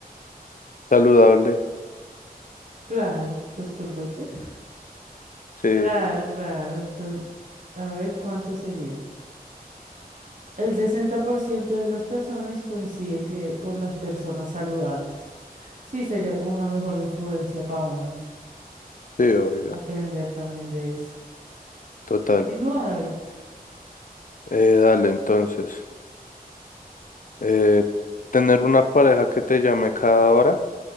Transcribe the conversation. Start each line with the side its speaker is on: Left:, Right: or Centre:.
Left: Saludable.
Right: Claro, doctor Boiter.
Left: Sí,
Right: Claro, <laughs> claro. Entonces, a ver cuánto sería. El 60% de las personas coinciden que con las personas saludables. Sí, sería como una mejor influencia para uno
Left: sí, obvio.
Right: aprender también de eso.
Left: Total.
Right: Continúa, David.
Left: Eh, dale, entonces. Eh, ¿tener una pareja que te llame cada hora